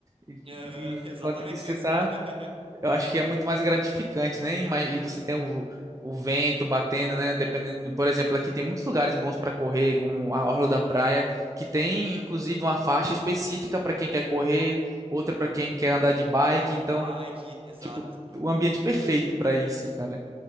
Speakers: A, on the right; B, on the right.
A: E,
B: Aham,
A: e
B: <laughs> exatamente
A: enquanto que você
B: isso,
A: tá,
B: cara. <laughs>
A: eu acho que é muito mais gratificante, né? E mais- e você tem o, o vento batendo, né? Dependendo, por exemplo, aqui tem muitos lugares bons para correr, como a Orla da Praia, que tem inclusive uma faixa específica para quem quer correr, outra para quem quer andar de bike, então
B: Bike, exato.
A: Tipo, o ambiente perfeito pra isso, cara.